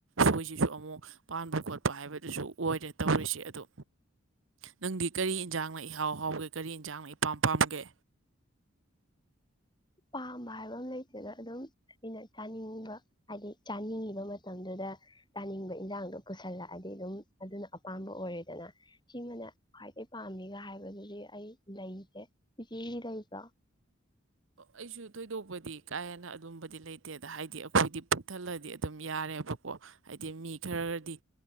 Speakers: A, on the right; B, on the left.
A: ꯁꯣꯏꯁꯤꯁꯨ ꯑꯃꯨꯛ ꯄꯥꯟꯕ ꯈꯣꯠꯄ ꯍꯥꯏꯕꯗꯨꯁꯨ ꯑꯣꯏꯔꯦ ꯇꯧꯔꯤꯁꯦ ꯑꯗꯣ ꯅꯪꯗꯤ ꯀꯔꯤ ꯑꯦꯟꯖꯥꯡꯅ ꯏꯍꯥꯎ ꯍꯥꯎꯒꯦ ꯀꯔꯤ ꯏꯟꯁꯥꯡꯅ ꯏꯄꯥꯝ ꯄꯥꯝꯒꯦ
B: ꯄꯥꯝꯕ ꯍꯥꯏꯕ ꯑꯃ ꯂꯩꯇ꯭ꯔꯒ ꯑꯗꯨꯝ ꯑꯩꯅ ꯆꯥꯅꯤꯡꯉꯤꯕ ꯍꯥꯏꯗꯤ ꯆꯥꯅꯤꯡꯉꯤꯕ ꯃꯇꯝꯗꯨꯗ ꯆꯥꯅꯤꯡꯕ ꯏꯟꯖꯥꯡꯗꯣ ꯄꯨꯁꯜꯂꯛꯑꯗꯤ ꯑꯗꯨꯝ ꯑꯗꯨꯅ ꯑꯄꯥꯝꯕ ꯑꯣꯏꯔꯦꯗꯅ ꯁꯤꯃꯅ ꯈ꯭ꯋꯥꯏꯗꯗꯒꯤ ꯄꯥꯝꯃꯤꯒ ꯍꯥꯏꯕꯗꯨꯗꯤ ꯑꯩ ꯂꯩꯁꯦ ꯆꯤꯆꯦꯒꯤ ꯂꯩꯕ꯭ꯔꯣ
A: ꯑꯩꯁꯨ ꯊꯣꯏꯗꯣꯛꯄꯗꯤ ꯀꯥ ꯍꯦꯟꯅ ꯑꯗꯨꯝꯕꯗꯤ ꯂꯩꯇꯦꯗ ꯍꯥꯏꯗꯤ ꯑꯩꯈꯣꯏꯗꯤ ꯄꯨꯟꯊꯜꯂꯗꯤ ꯑꯗꯨꯝ ꯌꯥꯔꯦꯕꯀꯣ ꯍꯥꯏꯗꯤ ꯃꯤ ꯈꯔꯗꯤ